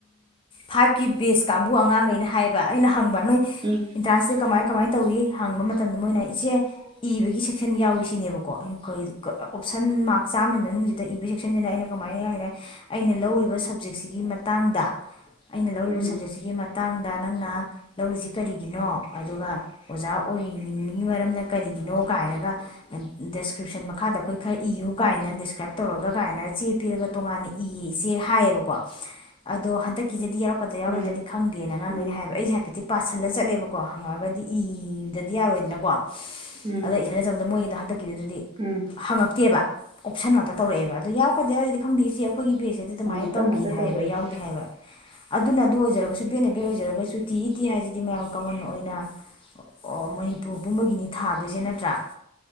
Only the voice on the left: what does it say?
ꯐꯥꯏꯚꯀꯤ ꯕꯦꯁ ꯀꯥꯡꯕꯨ ꯑꯉꯥꯡꯈꯩꯅ ꯍꯥꯏꯕ ꯑꯩꯅ ꯐꯪꯕ ꯅꯣꯏ
ꯏꯗꯥ꯭ꯔꯁꯦ ꯀꯃꯥꯏ ꯀꯃꯥꯏꯅ ꯇꯧꯏ ꯍꯥꯡꯕ ꯃꯇꯝꯗ ꯃꯣꯏꯅ ꯏꯆꯦ ꯏꯕꯒꯤ ꯁꯦꯛꯁꯟ ꯌꯥꯎꯏꯁꯤꯅꯦꯕꯀꯣ ꯑꯣꯞꯁꯟ ꯃꯥꯔꯛ ꯆꯥꯝꯃꯒꯤ ꯃꯅꯨꯡꯁꯤꯗ ꯏꯕꯒꯤ ꯁꯦꯛꯁꯟꯁꯤꯅ ꯑꯩꯅ ꯀꯃꯥꯏꯅ ꯌꯥꯔꯤꯅꯦ ꯑꯩꯅ ꯂꯧꯔꯤꯕ ꯁꯕꯖꯦꯛꯁꯤꯒꯤ ꯃꯇꯥꯡꯗ ꯑꯩꯅ ꯂꯧꯔꯤꯕ
ꯁꯕꯖꯦꯛꯁꯤꯒꯤ ꯃꯇꯥꯡꯗ ꯅꯪꯅ ꯂꯧꯔꯤꯁꯤ ꯀꯔꯤꯒꯤꯅꯣ ꯑꯗꯨꯒ ꯑꯣꯖꯥ ꯑꯣꯏꯅꯤꯡꯉꯤ <unintelligible> ꯀꯔꯤꯒꯤꯅꯣ ꯀꯥꯏꯅꯒ ꯗꯦꯁꯀ꯭ꯔꯤꯞꯁꯟ ꯃꯈꯥꯗ ꯑꯩꯈꯣꯏ ꯈꯔ ꯏꯌꯨ ꯀꯥꯏꯅ ꯗꯦꯁꯀ꯭ꯔꯥꯏꯞ ꯇꯧꯔꯒ ꯀꯥꯏꯅꯒ ꯆꯦ ꯄꯤꯔꯒ ꯇꯣꯉꯥꯟꯅ ꯏꯌꯦ ꯏꯆꯦ ꯍꯥꯏꯌꯦꯕꯀꯣ ꯑꯗꯣ ꯍꯟꯗꯛꯀꯤꯁꯤꯗꯤ ꯌꯥꯎꯔ ꯆꯄꯗ ꯌꯥꯎꯔꯣꯏꯗꯗꯤ
ꯈꯪꯗꯦꯅ ꯉꯥꯡꯗꯣꯏꯅꯦ
ꯍꯥꯏꯕ ꯑꯩꯁꯦ ꯍꯥꯏꯐꯦꯤ ꯄꯥꯁꯜꯂ ꯆꯠꯂꯦꯕꯀꯣ ꯍꯪꯉꯛꯑꯒꯗꯤ ꯏ ꯁꯤ ꯗꯗꯤ ꯌꯥꯔꯣꯏꯗꯅꯀꯣ <inaudible>
ꯃꯣꯏꯗꯍꯗꯛ ꯒꯤꯗꯨ ꯑꯗꯨꯗꯤ
ꯍꯪꯉꯛꯇꯦꯕ ꯑꯣꯞꯁꯟ ꯉꯥꯛꯇꯥ ꯇꯧꯔꯛꯑꯦꯕ ꯑꯗꯨ ꯌꯥꯎꯔꯛꯀꯗ꯭ꯕꯥ ꯌꯥꯎꯔꯛꯑꯣꯏꯗ꯭ꯔꯥꯗꯤ ꯈꯪꯗꯦ ꯏꯆꯦ ꯑꯩꯈꯣꯏꯒꯤ ꯕꯦꯖꯁꯤꯦꯗꯤ ꯑꯗꯨꯃꯥꯏꯅ
ꯇꯧꯈꯤꯅ
ꯍꯥꯏꯕ
ꯌꯥꯎꯗꯦ ꯍꯥꯏꯕ ꯑꯗꯨꯅ ꯑꯗꯨ ꯑꯣꯏꯖꯔꯒꯁꯨ ꯕꯦꯅ ꯕꯦꯠ ꯑꯣꯏꯖꯔꯒꯁꯨꯨ ꯇꯤ ꯏ ꯇꯤ ꯍꯥꯏꯁꯤꯗꯤ ꯃꯌꯥꯝ ꯀꯃꯟ ꯑꯣꯏꯅ ꯃꯅꯤꯄꯨꯔ ꯄꯨꯝꯕꯒꯤꯅꯤ ꯊꯥꯗꯣꯏꯁꯦ ꯅꯠꯇ꯭ꯔꯥ